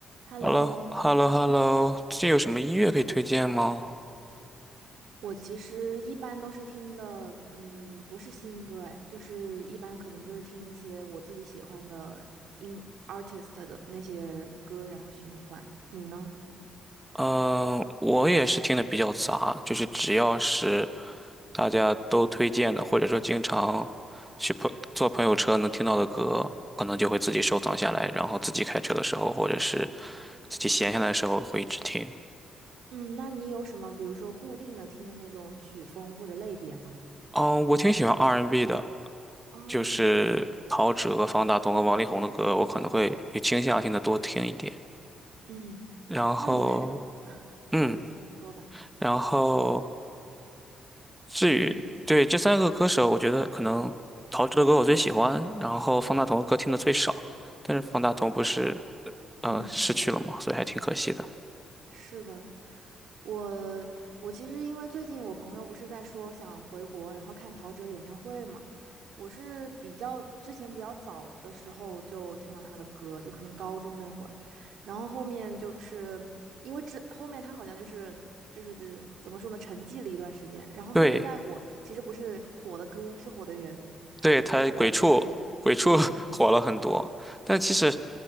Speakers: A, on the right (about 75°); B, in the centre.
A: Hello，
B: h e l l o h e l l o h e l l o 最近有什么音乐可以推荐吗？
A: 我其实一般都是听的，嗯，不是新歌，哎，就是一般可能就是听一些我自己喜欢的音 artist 的那些歌，然后循环。你呢？
B: 嗯、我也是听的比较杂，就是只要是大家都推荐的，或者说经常去朋坐朋友车能听到的歌，可能就会自己收藏下来，然后自己开车的时候，或者是自己闲下来的时候会一直听。
A: 嗯，那你有什么，比如说固定的听的那种曲风或者类别吗？
B: 嗯，我挺喜欢 R&B n 的，
A: 哦，
B: 就是陶喆、方大同和王力宏的歌，我可能会有倾向性的多听一点。
A: 嗯，
B: 然后，
A: 那你开，<laughs> 啊，
B: 嗯，
A: 不好意思，你说吧。
B: 然后。至于对这三个歌手，
A: 嗯
B: 我觉得可能陶喆的歌我最喜欢，然后方大同的歌听的最少。但是方大同不是呃逝去了嘛，
A: 嗯。
B: 所以还挺可惜的。
A: 是的，我我其实因为最近我朋友不是在说想回国，然后看陶喆演唱会嘛，我是比较之前比较早的时候就听了他的歌，就可能高中那会儿，然后后面就是因为之后面他好像就是就是怎么说呢，沉寂了一段时间，然后后面再火，
B: 对，
A: 其实不是火的歌，是火的人，
B: 对，
A: 就是说他比较抽象嘛，
B: 他鬼畜鬼畜
A: 嗯，对，
B: <laughs> 火了很多，但其实
A: 嗯